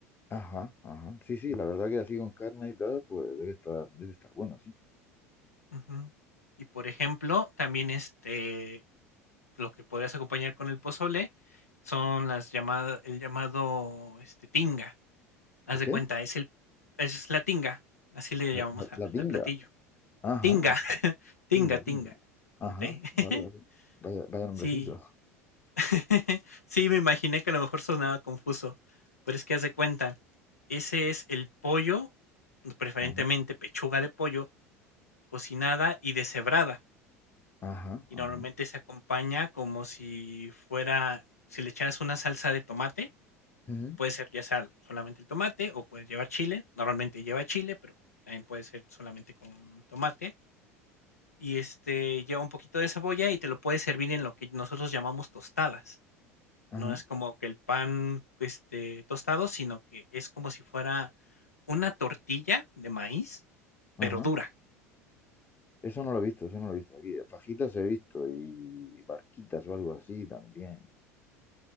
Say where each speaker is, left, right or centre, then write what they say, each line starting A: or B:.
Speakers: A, on the left; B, on the left.
A: Ajá, ajá. Sí, sí, la verdad que así con carne y tal, pues debe estar, debe estar bueno, sí.
B: Ujú. Y por ejemplo, también, este, lo que podrías acompañar con el pozole son las llamadas el llamado, este, tinga. Haz
A: ¿El
B: de
A: qué?
B: cuenta, es el es la tinga, así le
A: La,
B: llamamos
A: la,
B: a
A: la tinga.
B: al platillo.
A: Ajá,
B: Tinga,
A: ah,
B: <laughs> tinga,
A: tinga,
B: tinga,
A: tinga.
B: con
A: Ajá,
B: T.
A: vale,
B: <laughs>
A: vale. Vaya, vaya nombrecito.
B: Sí. <laughs> Sí, me imaginé que a lo mejor sonaba confuso, pero es que haz de cuenta, ese es el pollo, preferentemente
A: Ajá,
B: pechuga de pollo cocinada y deshebrada.
A: ajá,
B: y
A: ajá.
B: normalmente se acompaña como si fuera, si le echaras una salsa de tomate,
A: Ujú,
B: que puede ser ya sea solamente el tomate o puede llevar chile, normalmente lleva chile, pero también puede ser solamente con tomate y este lleva un poquito de cebolla y te lo puedes servir en lo que nosotros llamamos tostadas.
A: Ajá,
B: No es como que el pan este tostado, sino que es como si fuera una tortilla de maíz,
A: ajá.
B: pero dura.
A: Eso no lo he visto, eso no lo he visto aquí. Fajitas he visto y barquitas o algo así también.